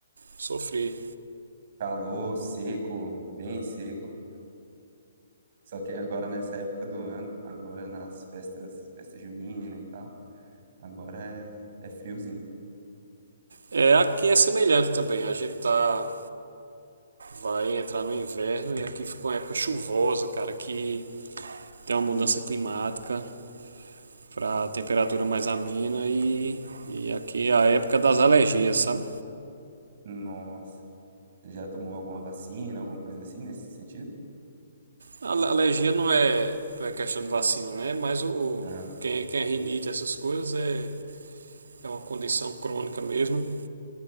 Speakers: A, on the right (about 80°); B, on the right (about 55°).
A: sofri.
B: Calor, seco, bem seco. Só que agora nessa época do ano, agora nas festas, festa junina e tal, agora é, é friozinho.
A: É, aqui é semelhante também. A gente tá vai entrar no inverno e aqui ficou uma época chuvosa, cara, que tem uma mudança climática. para temperatura mais amena e, e aqui a época das alergias, sabe?
B: Nossa. Você já tomou alguma vacina, alguma coisa assim nesse sentido?
A: A alergia não é, não é questão de vacina, né? Mas o, o-
B: Aham.
A: quem, quem é rinite, essas coisas, é, é uma condição crônica mesmo.